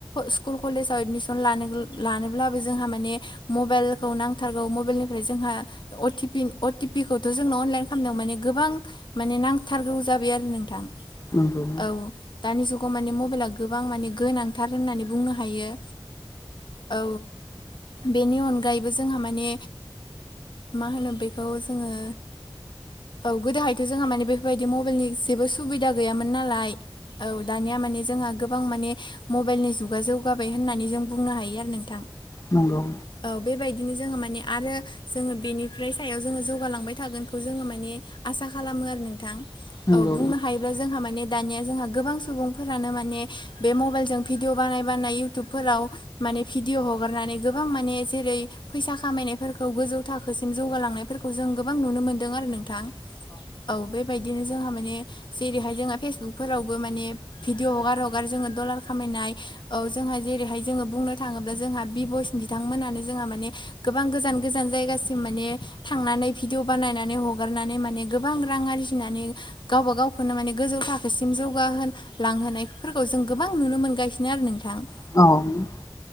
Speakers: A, on the left; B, on the left.
A: स्कुल कलेजाव एदमिसन लानो लानोब्लाबो जोंहा माने मबाइलखौ नांथारगौ मबाइलनिफ्राय जोंहा अटि पि अटिपिखौथ' जोंनाव अनलाइन खालामदों माने गोबां माने नांथारगौ जाबाय आरो नोंथां
B: नंगौ
A: औ दानि जुगाव माने मबाइला गोबां माने गोनांथार होननानै बुंनो हायो औ बेनि अनगायैबो जोंहा माने मा होनो बे बेखौ जोङो औ गोदोहायथ' जोंहा माने बेफोरबायदि मबाइलनि जेबो सुबिदा गैयामोन नालाय औ दानिया माने जोंहा गोबां माने मबाइलनि जुगा जौगाबाय होननानै जों बुंनो हायो आरो नोंथां
B: नंगौ
A: औ बेबायदिनो जोङो माने आरो जोङो बेनिफ्राय सायाव जोङो जौगालांबाय थागोनखौ जोङो माने आसा खालामो आरो नोंथां औ
B: नंगौ
A: बुंनो हायोब्ला जोंहा माने दानिया जोंहा गोबां सुबुंफोरानो माने बे मबाइलजों भिडिअ बानाय बानाय इउटुबफोराव माने भिडिअ हगारनानै गोबां माने जेरै फैसा खामायनायफोरखौ गोजौ थाखोसिम जौगालांनायफोरखौ जों गोबां नुनो मोनदों आरो नोंथां औ बेबायदिनो जोंहा माने जेरैहाय जोंहा फेसबुकफोरावबो माने भिदिअ हगार हगार जोङो दल खामायनाय औ जोंहा जेरैहाय जोङो बुंनो थाङोब्ला जोंहा बि बयस बि बिथांमोनानो जोंहा माने गोबां गोजान गोजान जायगासिम मा ने थांनानै भिडिअ बानायनानै हगारनानै माने गोबां रां आरजिनानै गावबा गावखौनो माने गोजौ थाखोसिम जौगाहो लांहोनायफोरखौ जों गोबां नुनो मोनगासिनो आरो नोंथां
B: औ